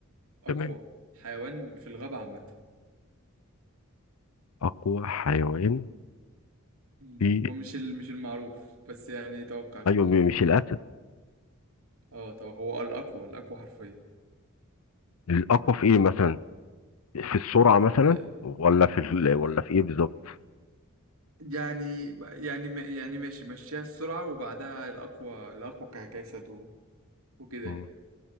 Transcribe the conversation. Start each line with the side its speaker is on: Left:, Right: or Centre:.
Right: اقوى
Left: تمام
Right: حيوان في الغابة عامة
Left: أقوى حيوان
Right: مم.
Left: في
Right: هو مش ال- مش المعروف بس يعني توقع كده
Left: أيوة م- مش الأسد
Right: اه طو... هو الأقوى الأقوى حرفيا
Left: الأقوى في إيه مثلا في السرعة مثلا
Right: آه،
Left: ولا في ال... ولا
Right: آه،
Left: في إيه بالظبط
Right: يعني يعني ما- يعني ماشي مشيها السرعة وبعدها الأقوى الأقوى ك- كجسد و- وكده
Left: مم.
Right: يعني